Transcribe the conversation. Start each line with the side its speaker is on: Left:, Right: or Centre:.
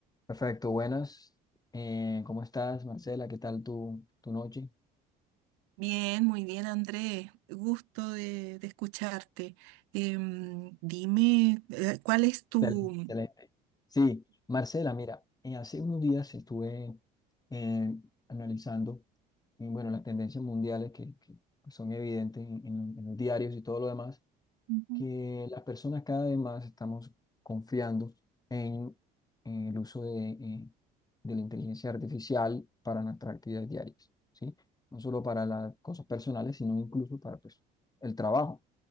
Left: Perfecto, buenas. Eh, ¿cómo estás, Marcela? ¿Qué tal tu, tu noche?
Right: Bien, muy bien, Andrés. Gusto de, de escucharte. Em, dime, eh, ¿cuál es tu...
Left: Excelente. excelente. Sí, Marcela, mira, eh, hace unos días estuve eh, analizando, y bueno, las tendencias mundiales que, que pues, son evidentes en, en- en los diarios y todo lo demás,
Right: Ujú,
Left: que las personas cada vez más estamos confiando en, en el uso de, eh, de la inteligencia artificial para nuestras actividades diarias, ¿sí? No solo para las cosas personales, sino incluso para pues, el trabajo.